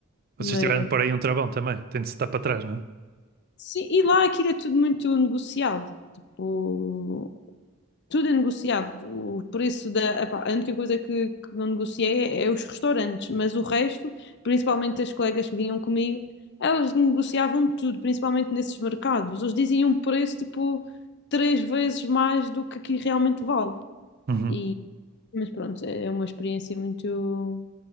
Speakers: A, on the right; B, on the left.
A: Vocês
B: Mas,
A: tiveram de pôr aí um travão também, tem de se dar para trás, não?
B: sim, e lá aquilo é tudo muito negociado, tipo... Tudo é negociado. O preço da. epá, a única coisa que, que não negociei é, é os restaurantes, mas o resto, principalmente as colegas que vinham comigo, elas negociavam tudo, principalmente nesses mercados. Eles diziam um preço tipo três vezes mais do que aqui realmente vale.
A: Uhum,
B: E, mas pronto, é é uma experiência muito.